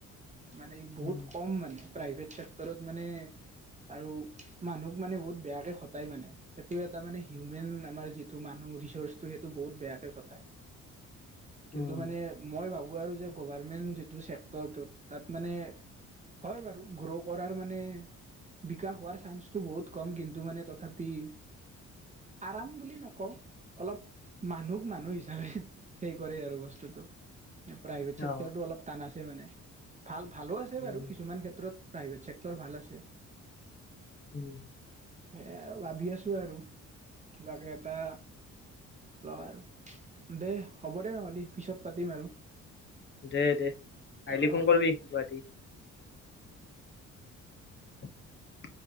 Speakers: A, on the right; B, on the left.
A: মানে বহুত
B: উম
A: কম মানে প্ৰাইভেট চেক্টৰত মানে আৰু মানুহক মানে বহুত বেয়াকে খটায় মানে। সেইটো এটা মানে হিউমেন আমাৰ যিটো মানুহ ৰিচৰ্চটো সেইটো বহুত বেয়াকে খতাই।
B: উম
A: কিন্তু মানে মই ভাবোঁ আৰু যে গভাৰমেণ্ট যিটো ছেক্টৰটোত তাত মানে হয় বাৰু গ্ৰ' কৰাৰ মানে বিকাশ হোৱাৰ চান্সটো বহুত কম কিন্তু মানে তথাপি আৰাম বুলি নকওঁ। অলপ মানুহক মানুহ হিচাপে হেই কৰে আৰু বস্তুতটো। প্ৰাইভেট
B: অ
A: চেক্টৰটো অলপ টান আছে মানে ভাল ভালো আছে
B: উম
A: বাৰু। কিছুমান ক্ষেত্ৰত প্ৰাইভেট চেক্টৰ ভাল আছে।
B: উম।
A: সে আৰু ভাবি আছো আৰু কিবাকে এটা ল'ব আৰু দে হ'ব দে নহ'লে পিছত পাতিম আৰু।
B: দে দে আহিলি
A: অ'
B: ফোন
A: অ'
B: কৰিবি গুৱাহাটী। <inaudible>